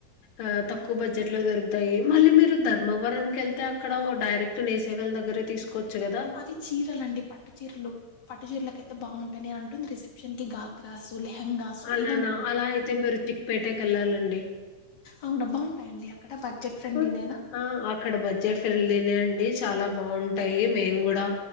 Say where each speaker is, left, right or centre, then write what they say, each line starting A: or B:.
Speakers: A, on the left; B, on the left.
A: ఆ తక్కువ బడ్జెట్ లో దొరుకుతాయి మళ్ళీ మీరు ధర్మవరం కేళ్తే అక్కడ డైరెక్ట్ నేసేవాళ్ళ దగ్గరే తీసుకోవచ్చు కదా
B: అవి చీరలండి పట్టు చీరలు పట్టు చీరలకు కైతే బావుం అని అంటుంది రిసెప్షన్ క గా గ్రాస్ లహెంగసు
A: అలానా
B: ఇవెన్
A: అలా అయితే మీరు చిక్పేటకి కేళ్ళాలండి
B: అవున బాగుంటాయండి అక్కడ బడ్జెట్ ఫ్రెండ్లీ
A: ఆ
B: నేనా
A: ఆ ఆక్కడ బజెట్ ఫిర్లి అ డి చాలా బాగుంటాయి మేము కూడా